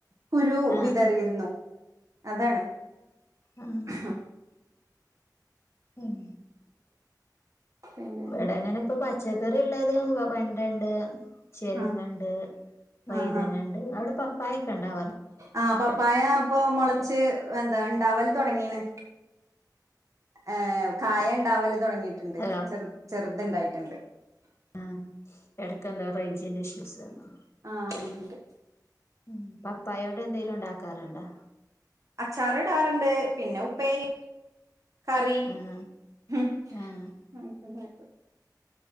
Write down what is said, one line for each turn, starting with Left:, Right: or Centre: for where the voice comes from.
Right: കുരു
Left: ആഹ്
Right: വിതറിയിരുന്നു അതാണ്
Left: ഉം
Right: ഹ
Left: ഉം
Right: പിൻ
Left: ഇവടെങ്ങനെ ഇങ്ങനെ പ്പ പച്ചക്കറി അല്ലാതെ വെണ്ടണ്ട് ചെരങ്ങ
Right: ആഹ്
Left: ണ്ട് വഴുതന
Right: ആഹ്
Left: ണ്ട് അവ്ടെ പപ്പായൊക്കെ ണ്ടാവാറ്
Right: ആഹ് പപ്പായ പ്പൊ മൊളച്ച് എന്താ ണ്ടാവല് തുടങ്ങീണ്‌. ഏഹ് കായ ണ്ടാവല്. തുടങ്ങിയിട്ടുണ്ട്
Left: ഹലോ
Right: ചെറു ചെറുതുണ്ടായിട്ടുണ്ട്.
Left: ഉം. എടക്കെന്തോ റേഞ്ചിന്റെ ഇഷ്യൂസ് വന്നോ
Right: ആഹ് ഉണ്ട്
Left: ഉം പപ്പായകൊണ്ട് എന്തേലും ഉണ്ടാക്കാറുണ്ടോ?
Right: അച്ചാറിടാറുണ്ട് പിന്നെ ഉപ്പേരി കറി
Left: ആഹ്
Right: ഹും
Left: ആഹ്
Right: അങ്ങനൊക്കെ ഉണ്ടാക്കും.